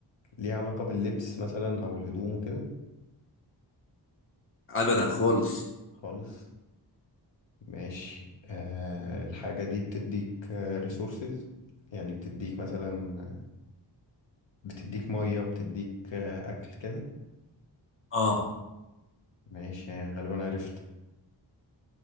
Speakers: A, on the left; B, on the left.
A: ليها علاقة باللبس مثلا أو الهدوم وكده
B: ابدا خالص
A: خالص ماشي آه، الحاجة دي بتديك ريسورسز يعني بتديك مثلا بتديك مية بتديك آه، أكل كده
B: اه
A: ماشي يعني غالبا عرفت